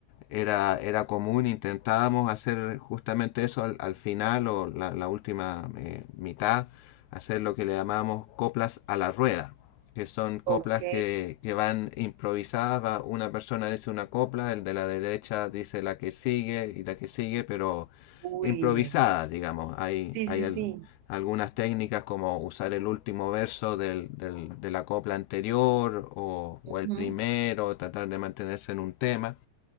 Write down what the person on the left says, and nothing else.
era, era común, intentábamos hacer justamente eso al, al final o la, la última eh, mitad, hacer lo que le llamábamos coplas a la rueda, que son coplas
que, que van improvisadas, va- una persona dice una copla, el de la derecha dice la que sigue y la que sigue, pero
improvisadas, digamos. Hay,
hay
al-
algunas técnicas como usar el último verso del- del- de la copla anterior o, o
el primero, tratar de mantenerse en un tema.